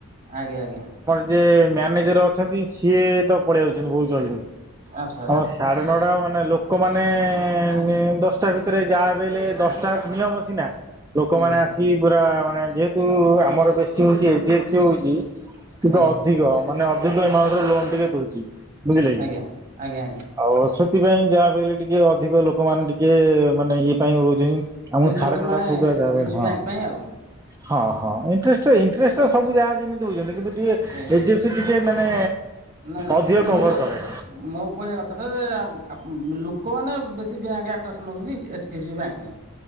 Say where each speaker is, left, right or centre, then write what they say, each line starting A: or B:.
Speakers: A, on the right; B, on the right.
A: ଆଜ୍ଞା ଆଜ୍ଞା।
B: ଯେ ମ୍ୟାନେଜର ଅଛନ୍ତି ସିଏ ତ ପଳେଇ ଆସୁଛନ୍ତି ବହୁତ ଜଳଦି।
A: ଆଚ୍ଛା ଆଚ୍ଛା
B: ହ ସାଢ଼େ ନଅଟା ମାନେ ନା ଲୋକମାନେ ଏ ଦଶଟା ଭିତରେ ଯାହାବି ହେଲେ ଦଶଟା ନିୟମ ସିନା ଲୋକମାନେ
A: ଆଜ୍ଞା
B: ଆସି ପୁରା ମାନେ ଯେହେତୁ ଆମର ବେଶୀ ହଉଚି ଏଜେନ୍ସି ହଉଛି। ଟିକେ
A: ଆଜ୍ଞା
B: ଅଧିକ ମାନେ ଅଧିକ ଏମାଉଣ୍ଟର ଲୋନ ଟିକେ ଦଉଛି। ବୁଝିଲେ କି।
A: ଆଜ୍ଞା ଆଜ୍ଞା ଆଜ୍ଞା।
B: ଆଉ ସ ସେଥିପାଇଁ ଯାହାବି ହେଲେ, ଟିକେ ଅଧିକ ଲୋକମାନେ ଟିକେ, ମାନେ ଇଏ ପାଇଁ ରହୁଛି, ଆମକୁ
A: ଇଣ୍ଟରେଷ୍ଟ
B: ସାଢ଼େ ନଅଟା
A: ମାନେ
B: ସୁଦ୍ଧା
A: H
B: ଯାହା
A: D
B: B,
A: F C
B: ହଁ।
A: ବ୍ୟାଙ୍କ ପାଇଁ ଆଉ
B: ହଁ ହଁ। ଇଣ୍ଟ୍ରେଷ୍ଟ ଇଣ୍ଟ୍ରେଷ୍ଟ ସବୁ ଯାହା ଯେମିତି ହେଉଛନ୍ତି। କିନ୍ତୁ ଟିକି ଏଫ୍
A: ଆଜ୍ଞା
B: ଡି ଏସ୍ ଟିକେ ମାନେ
A: ନାଇଁ
B: ଅଧିକ
A: ମୁଁ
B: କଭର୍
A: କ
B: କରେ।
A: ମୋ କହିବା କଥାଟା ଯେ, ଆପ ଲୋ କୋ, ମାନେ ବେଶୀ୍ ବ୍ୟାଙ୍କ୍ ଆଟାଚ ନେଉଛନ୍ତି, H D F C bank ପାଇଁ।